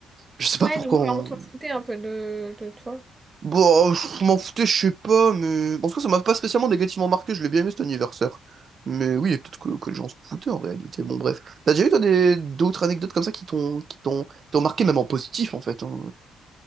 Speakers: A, on the right; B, on the right.
A: Je sais
B: Ouais,
A: pas pourquoi
B: donc
A: on.
B: ouais, on s'en foutait un peu de, de toi.
A: Bon, oh, je m'en foutais, je sais pas, mais. En tout cas, ça m'a pas spécialement négativement marqué, je l'ai bien aimé cet anniversaire. Mais oui, et peut-être que, que les gens se foutaient en réalité. Bon, bref. T'as déjà eu, toi, des- d'autres anecdotes comme ça qui t'ont qui t'ont qui t'ont marqué, même en positif, en fait, hein.